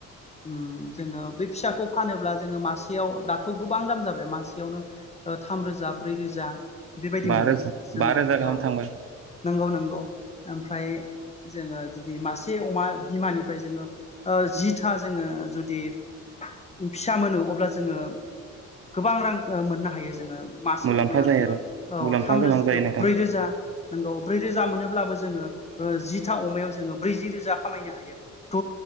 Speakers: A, on the left; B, on the right.
A: उम जोङो बे फिसाखौ फानोब्ला जोङो मासेयाव दाथ' गोबां दाम जाबाय मासेयावनो ओ थामरोजा ब्रै रोजा बेबायदि
B: बा
A: मोनो
B: रोजा
A: जोङो
B: बा रोजा गाहाम
A: औ
B: थांबाय?
A: नंगौ नंगौ। ओमफ्राय जोङो जुदि मासे अमा बिमानिफ्राय जोङो ओ जिथा जोङो जुदि <unintelligible> फिसा मोनो अब्ला जोङो गोबां रां ओ मोननो हायो जोङो मासे
B: मुलाम्फा
A: अमायाव
B: जायो
A: जोङो
B: आरो
A: औ
B: मुलाम्फा
A: थामो
B: गोनां
A: रोज
B: जायो नोंथां।
A: ब्रै रोजा नंगौ ब्रै रोजा मोनोब्लाबो जोङो ओ जिथा अमायाव जोङो ब्रैजि रोजा खामायनो हायो थ'